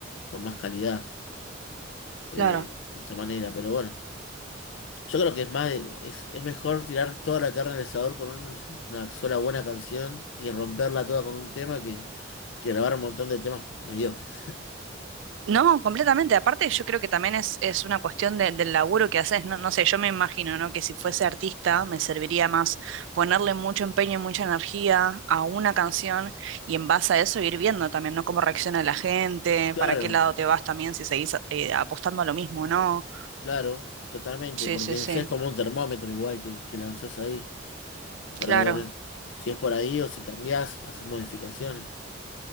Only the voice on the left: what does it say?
con más calidad eh,
de esa manera. Pero bueno, yo creo que es más, es, es mejor tirar toda la carne al asador con un- una sola buena canción y romperla toda con un tema que, que grabar un montón de temas mediocres. <laughs>
Claro,
claro, totalmente,
porque
ese es como un termómetro igual que, que lanzás ahí. para
ver si es por ahí o si cambiás, haces modificaciones.